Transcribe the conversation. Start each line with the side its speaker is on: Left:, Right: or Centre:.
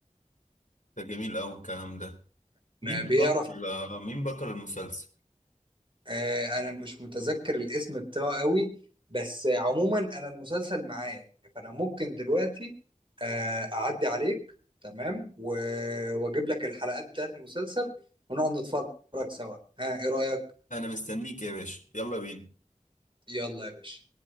Left: ده جميل قوي الكلام ده مين
Right: آه، بيعرف
Left: بطل آه، مين بطل المسلسل
Right: آه انا مش متذكر الاسم بتاعه قوي بس عموما انا المسلسل معايا فانا ممكن دلوقتي آه اعدي عليك تمام و- واجيب لك الحلقات بتاعت المسلسل ونقعد نتفرج سوا ها ايه رأيك
Left: انا مستنيك يا باشا يلا بينا
Right: يلا يا باشا